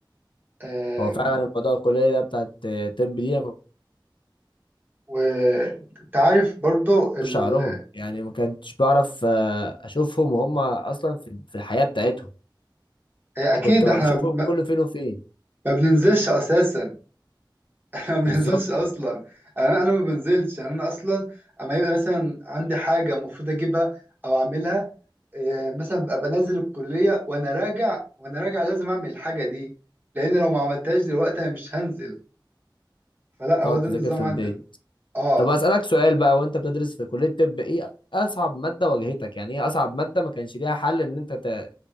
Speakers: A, on the right; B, on the left.
A: أم،
B: هو فعلا الموضوع الكلية بتاعت طب دي أنا كنت
A: وتعرف برضه ال...
B: بشوف شعرهم يعني ما كنتش بعرف آه، اشوفهم وهم اصلا في في الحياة بتاعتهم
A: أكيد
B: كنت بقى
A: احنا
B: بشوفهم
A: ما
B: كل فين وفين
A: ما بننزلش أساسا <laughs> انا ما
B: بالظبط
A: بنزلش اصلا يعني انا انا ما بنزلش يعني انا اصلا اما يبقى مثلا عندي حاجه المفروض اجيبها او اعملها إيه، مثلا ببقى بنزل الكليه وانا راجع وانا راجع لازم اعمل الحاجه دي لان لو ما عملتهاش دلوقتي انا مش هنزل فلا
B: تقعد
A: هو ده
B: تذاكر
A: النظام
B: في
A: عندنا
B: البيت
A: اه
B: طب اسالك سؤال بقى وانت بتدرس في كليه طب ايه اصعب ماده واجهتك يعني ايه اصعب ماده ما كانش ليها حل ان انت ت...